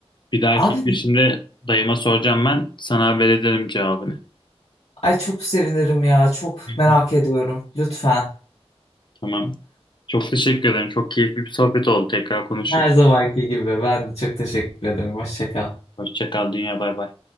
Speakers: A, on the left; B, on the left.
A: bir dahaki
B: Abi
A: gidişimde dayıma soracağım ben. Sana haber ederim cevabını.
B: ay çok sevinirim ya. Çok
A: Hı
B: merak
A: hı.
B: ediyorum. Lütfen.
A: Tamam. Çok teşekkür ederim. Çok keyifli bir sohbet oldu. Tekrar konuşuruz.
B: Her zamanki gibi. Ben de çok teşekkür ederim. Hoşça kal.
A: Hoşça kal. Dünya bay bay.